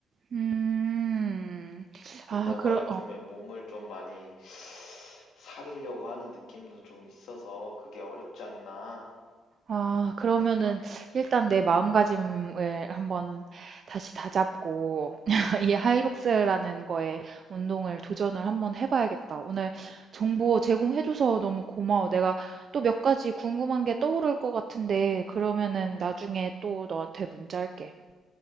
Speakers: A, on the right (about 50°); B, on the left (about 75°).
A: 음,
B: 근데
A: 아,
B: 너가
A: 그럼,
B: 요즘에 몸을 좀 많이 사리려고 하는 느낌도 좀 있어서 그게 어렵지 않나.
A: 아, 그러면은 일단 내 마음가짐을 한번 다시 다잡고 <laughs> 이 하이록스라는 거에 운동을 도전을 한번 해봐야겠다. 오늘 정보 제공해줘서 너무 고마워. 내가 또 몇 가지 궁금한 게 떠오를 것 같은데 그러면은 나중에 또 너한테 문자 할게.